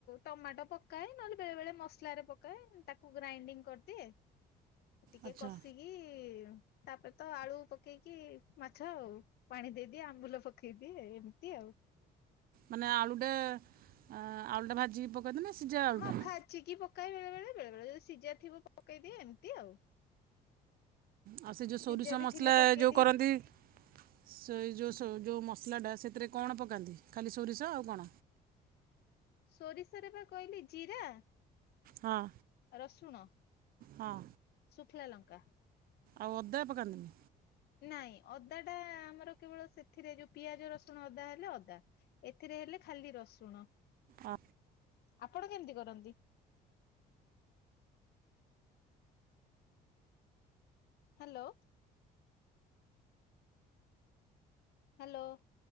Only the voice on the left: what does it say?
ଟମାଟ ପ କାଏ ନହେଲେ ବେଳେ ବେଳେ ମସଲାରେ ପକାଏ ତାକୁ ଗ୍ରାଇଣ୍ଡିଙ୍ଗ କରିଦିଏ ଟିକେ
କସି କି ତାପରେ ତ ଆଳୁ ପକେଇକି ମାଛ ଆଉ। ପାଣି ଦେଇଦିଏ ଆମ୍ବୁଲ ପକେଇଦିଏ ଏମିତି ଆଉ।
ହଁ ଭାଜିକି ପକାଏ ବେଳେବେଳେ ବେଳେ ବେଳେ ଯଦି ସିଝାଥିବ ପକେଇଦିଏ ଏମିତି ଆଉ।
ସିଝା
ବି
ଥିଲେ ପକେଇଦିଏ
ସୋରିଷରେ ପା କହିଲି ଜିରା
ରସୁଣ,
ଶୁଖିଲା ଲଙ୍କା।
ନାଇଁ ଅଦା ଟା ଆମର କେବଳ ସେଥିରେ ଯୋଉ ପିଆଜ, ରସୁଣ, ଅଦା ହେଲେ ଅଦା। ଏଥିରେ ହେଲେ ଖାଲି ରସୁଣ।
ଆପଣ କେମିତି କରନ୍ତି? ହ୍ୟାଲୋ। ହ୍ୟାଲୋ।